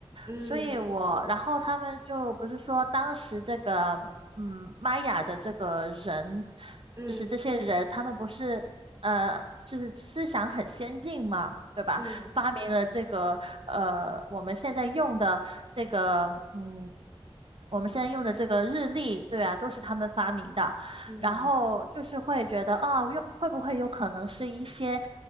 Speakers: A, on the right; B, on the right.
A: 嗯
B: 所以我，然后他们就不是说当时这个，嗯，玛雅的这个人，
A: 嗯
B: 就是这些人，他们不是，呃，就是思想很先进嘛，对吧？
A: 嗯
B: 发明了这个，呃，我们现在用的这个，嗯。我们现在用的这个日历，对啊，都是他们发明的。
A: 嗯，
B: 然后就是会觉得啊，有会不会有可能是一些